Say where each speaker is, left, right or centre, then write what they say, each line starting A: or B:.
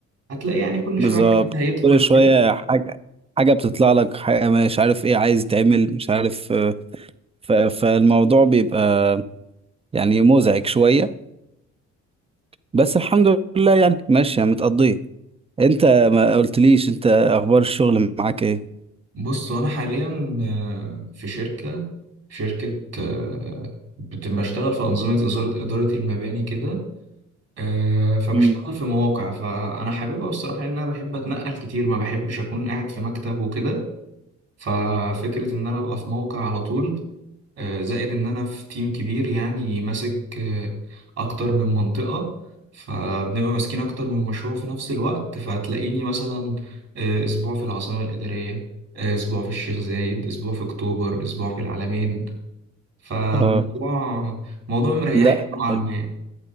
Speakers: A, on the right (about 55°); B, on the right (about 20°).
A: هتلاقي يعني كل
B: بالظبط
A: شويه حد هيدخل
B: كل شوية حاجة حاجة بتطلع لك حاجة مش عارف ايه عايز تعمل مش عارف آه، ف... فالموضوع بيبقى يعني مزعج شوية بس الحمد لله يعني ماشية متقضية انت ما قلتليش انت اخبار الشغل معاك ايه
A: بص انا حاليا آه، في شركه شركه آه، بت- بشتغل في انظمه إزارة- اداره المباني كده آه، فبشتغل
B: مم.
A: في مواقع فانا حاببها بصراحه لان انا بحب اتنقل كتير ما بحبش اكون قاعد في مكتب وكده ففكره ان انا ابقى في موقع على طول آه، زائد ان انا في تيم كبير يعني ماسك آه، اكتر من منطقة فبنبقى ماسكين اكتر من مشروع في نفس الوقت فهتلاقيني مثلا آه، اسبوع في العاصمة الإدارية آه، اسبوع في الشيخ زايد اسبوع في اكتوبر اسبوع في العلمين فالموضوع
B: اه
A: موضوع مريح
B: لا
A: نوعا
B: حلو
A: ما